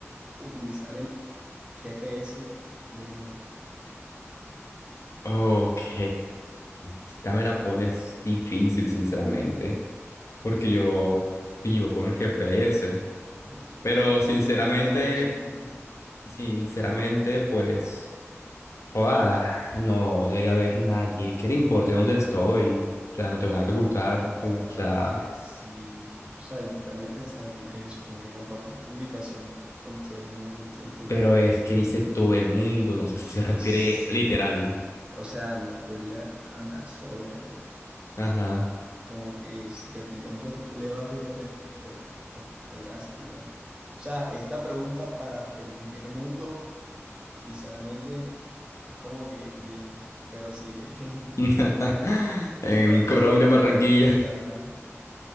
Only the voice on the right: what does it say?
utilizar el GPS de nuevo.
Yo, yo
también,
yo me pierdo mucho. <laughs>
La
verdad
que sí, o sea, yo también pensaría eso, como que compartir tu ubicación con todo el mundo, con todo el tiempo,
como
que,
que
es-
o sea, no podría andar solo, ¿verdad?
Como que si te pillan por culé barrio por, ahí- por, por, por allá sería... O sea, esta pregunta para primer mundo Sinceramente, es como que bien, pero sí, <laughs>
en, en-
por, a-
por acá,
literal,